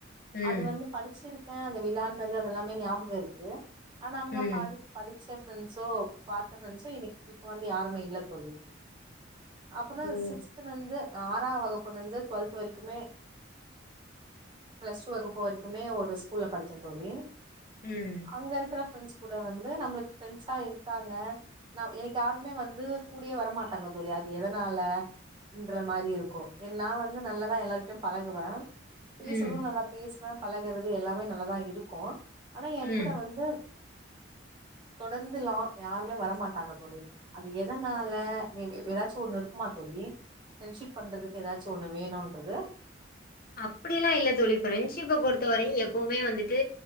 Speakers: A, on the left; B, on the right.
A: ம்
B: அது வந்து படிச்சிருக்கே அந்த விளாட்னது அதல்லாமே ஞாபக இருக்கு ஆனா அங்க
A: ம்
B: படி படிச்ச ஃப்ரெண்ட்ஸோ பாத்த ஃப்ரெண்ட்ஸோ இன்னக் பிக் வந்து யாருமே இல்ல தோழி அப்புற
A: ஓ
B: சிக்ஸ்துலந்து ஆறாம் வகுப்புலந்து ட்வல்த்து வரிக்குமே ப்ளஸ் டூ வகுப்பு வரிமே ஒரு ஸ்கூல்ல படிச்ச தோழி
A: ம்
B: அங்க இருக்குற ஃப்ரெண்ட்ஸ் கூட வந்து நம்ளுக்கு ஃப்ரெண்ட்ஸா இருக்காங்க நா எனக் யாருமே வந்து கூடியே வரமாட்டாங்க தோழி அது எதனால ன்ற மாரி இருக்கு நா வந்து நல்லதா எல்லார்ட்யு பழகுவ பேசுறது
A: ம்,
B: நல்லா பேஸ்வ பழகுறது எல்லாமே நல்லாதா இருக்கு ஆனா ஏ
A: ம்.
B: கூட வந்து தொடந்துலா யாருமே வரமாட்டாங்க தோழி அது எதனால மே பி எதாச்சு ஒன்னு இருக்குமா தோழி ஃப்ரெண்டஷிப் பண்றதுக்கு எதாச்சு ஒன்று வேணுன்றது
A: அப்படி எல்லா இல்ல தோழி ஃப்ரெண்ஷிப்ப பொறுத்த வரயு எப்பவுமே வந்துட்டு